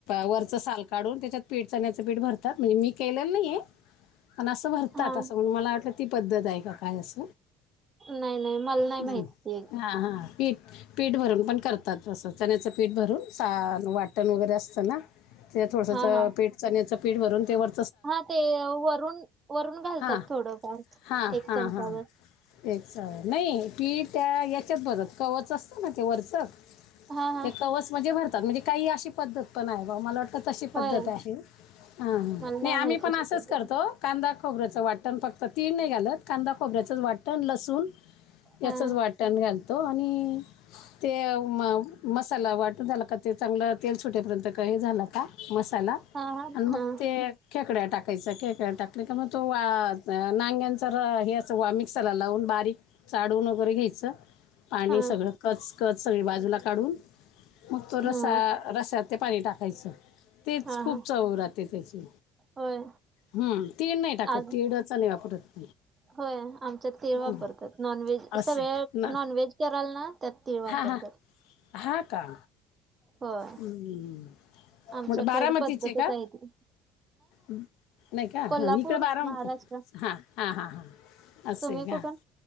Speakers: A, on the left; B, on the right.
A: वरच साल काढून त्याच्यात पीठ चण्याच पीठ भरतात, म्हणजे मी केलेल नाहीय. पण अस भरतात
B: हा
A: अस म्हणून मला वाटल ती पद्धत आहे का काय अस.
B: नाही नाही मला
A: नाही.
B: माहित ते
A: हा- हा पीठ पीठ भरून पण करतात. अस चण्याच पीठ भरून सा वाटण वगैरे असत ना. ते थोडस
B: हा हा
A: पीठ चण्याच पीठ भरून ते वर
B: हा ते वरून -वरून घालतात
A: हां
B: थोडफार
A: हां
B: एक
A: हां
B: चमचावर.
A: हां नाही पीठ त्या याच्यात भरता कवच असत ना ते वरच.
B: हा हा
A: ते कवच ममध्ये भरतात म्हणजे काही अशी पद्धत पण आहे बा मला वाटत तर तशी
B: होय
A: पद्धत आहे. ह हा नाही
B: मला
A: आम्ही
B: माहित
A: पण
B: अशी
A: असच
B: पद्धत
A: करतो कांदा खोबऱ्याच वाटण फक्त तीळ नाही घालत. कांदा खोबऱ्याचच वाटण लसूण याचच
B: हा
A: वाटण घालतो आणि ते म मसाला वाटून झाला का ते चांगल तेल सुटेपर्यंत का हे झाल का मसा त्याला
B: हा हा
A: आणि मग
B: हा
A: ते खेकड्या टाकायच खेकड्या टाकले कीमग तो वा नांग्यांचा हेच वा मिक्सरला लावून बारीक चाळून वगैरे घ्यायच आणि
B: हा
A: सगळ कच कच सगळी बाजूला काढून मग तो रसा
B: हा
A: रस्यात ते पाणी टाकायच. तेच
B: हा
A: खूप
B: हा
A: चऊ राहते त्याची.
B: होय
A: हम तीळ नाही टाक
B: आज
A: किंवा चणे वापरत.
B: होय आमच्यात तीळ
A: हम्म,
B: वापरतात. नॉनव्हेज
A: असं
B: सगळ्या
A: आहे का? ना
B: नॉनव्हेज कराल ना त्यात तीळ वापरतात.
A: हा हा हा, का.
B: होय
A: हम्म,
B: आमच्याकड
A: म बारामतीचे
B: पद्धतच
A: का?
B: आहे ती
A: नाही का,
B: कोल्हापूर
A: ह इकडे बारामती.
B: महाराष्ट्र
A: हा हां, हां, हां अस
B: तुम्ही
A: हेय का.
B: कुठून